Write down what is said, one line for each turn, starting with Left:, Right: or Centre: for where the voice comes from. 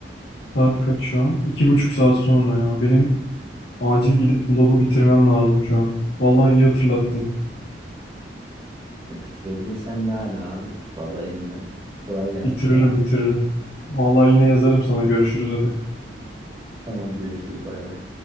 Left: saat kaç şu an? İki buçuk saat sonra ya. Benim acil gidip bu labı bitirmem lazım şu an. Vallahi iyi hatırlattın.
Right: Bitirebilirsen ne ala abi. Vallahi elinden. Kolay gelsin
Left: Bitiririm
Right: sana.
Left: bitiririm. Vallahi yine yazarım sana görüşürüz hadi.
Right: Tamam görüşürüz bay bay.